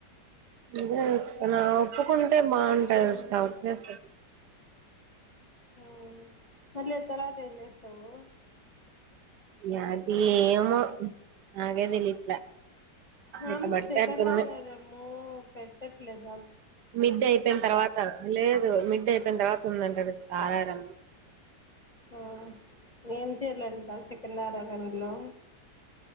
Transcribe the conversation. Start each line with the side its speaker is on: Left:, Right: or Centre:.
Right: అదే వస్తా నా ఒప్పుకుంటే బాగుంటది వస్తా వచేస్త
Left: ఉమ్ మళ్ళ తర్వాత ఎమి చేస్తావు
Right: నాది ఏమో నాకే తెలియట్లే
Left: నాము
Right: ఎట్ట పడితే
Left: సెకండ్
Right: అట్టుంది
Left: ఆర్డర్ ఏమో పెట్టట్లేదు
Right: మిడ్ అయిపోయిన తర్వాత లేదు మిడ్ అయిపోయిన తర్వాత ఉందంటారు సారారం
Left: ఆ ఏం చేయాలంట సెకండ్ ఆర్ఆర్ఎం లో